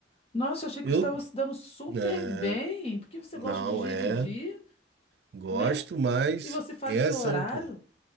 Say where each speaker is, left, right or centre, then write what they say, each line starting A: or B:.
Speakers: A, on the left (about 35°); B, on the right (about 60°).
A: Nossa, eu achei que
B: Eu,
A: você estava se dando super
B: é,
A: bem, porque você
B: não
A: gosta de dirigir,
B: é, gosto,
A: né?
B: mas
A: E você faz
B: essa,
A: o seu horário?
B: pô.